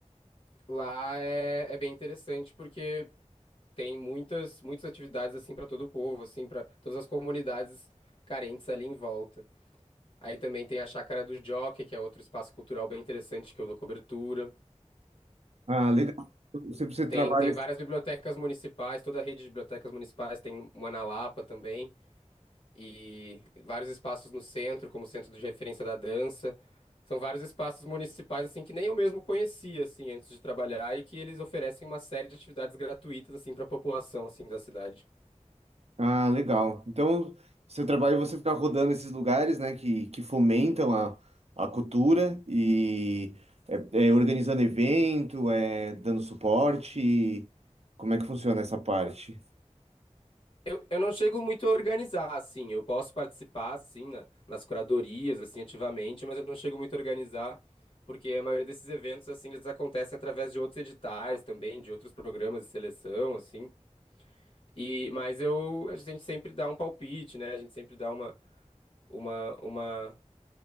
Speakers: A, on the left; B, on the right.
A: lá é é bem interessante porque tem muitas, muitas atividades assim para todo o povo, assim, para todas as comunidades carentes ali em volta. Aí também tem a Chácara do Jockey, que é outro espaço cultural bem interessante que eu dou cobertura.
B: Ah, legal. Você, você trabalha.
A: Tem, tem várias bibliotecas municipais, toda a rede de bibliotecas municipais tem uma na Lapa também, e vários espaços no centro, como o Centro de Referência da Dança. São vários espaços municipais assim que nem eu mesmo conhecia assim antes de trabalhar e que eles oferecem uma série de atividades gratuitas assim para a população assim da cidade.
B: Ah, legal. Então, seu trabalho é você ficar rodando esses lugares, né, que, que fomentam a, a cultura e é, é organizando evento, é dando suporte. e como é que funciona essa parte?
A: Eu, eu não chego muito a organizar, assim. Eu posso participar, assim, na- nas curadorias, assim, ativamente, mas eu não chego muito a organizar, porque a maioria desses eventos, assim, eles acontecem através de outros editais também, de outros programas de seleção, assim. E, mas eu, a gente sempre dá um palpite, né? A gente sempre dá uma, uma, uma,